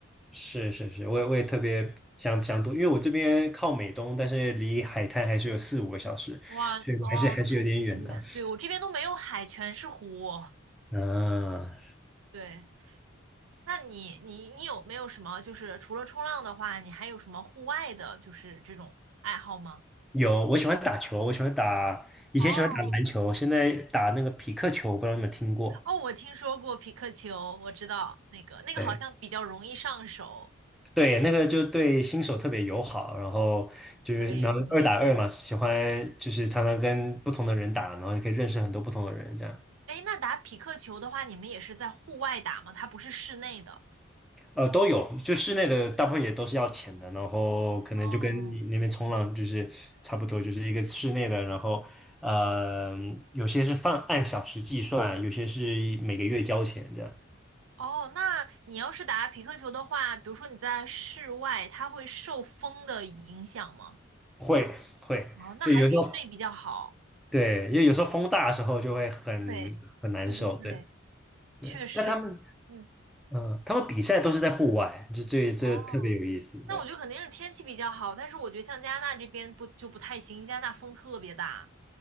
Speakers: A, in the centre; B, on the right.
A: 是是是，我也我也特别想想多，因为我这边靠美东，但是离海滩还是有四五个小时，
B: 哇，
A: 所以还是还是有点远的。
B: 哦，那还是挺远，对，我这边都没有海，全是湖，
A: 嗯、
B: 对。那你你你有没有什么就是除了冲浪的话，你还有什么户外的，就是这种爱好吗？
A: 有我喜欢打球，我喜欢打以前喜欢打篮球，
B: 哦
A: 现在打那个匹克球，不知道你们听过？
B: 哦，我听说过匹克球，我知道那个那个好像比较容易上手。
A: 对。对，那个就对新手特别友好，然后就是能二打二嘛，
B: 可以可以。
A: 喜欢就是常常跟不同的人打，然后也可以认识很多不同的人，这样
B: 哎，那打匹克球的话，你们也是在户外打吗？它不是室内的。
A: 呃都有，就室内的大部分也都是要钱的，然后可能就跟你那边冲浪就是差不多，
B: 哦，
A: 就是一个室内的，然后呃有些是放按小时计算，有些是每个月交钱这样，
B: 哦，那你要是打匹克球的话，比如说你在室外，它会受风的影响吗？
A: 会会，
B: 哦，那还是室内比较好。
A: 所以有时候对，因为有时候风大的时候就会很很难受，
B: 对对对对，
A: 对
B: 确实，
A: 对，那他们。
B: 嗯，
A: 嗯，他们比赛都是在户外，这这这特别有意思对，
B: 哦，那我觉得肯定是天气比较好，但是我觉得像加拿大这边不就不太行，加拿大风特别大，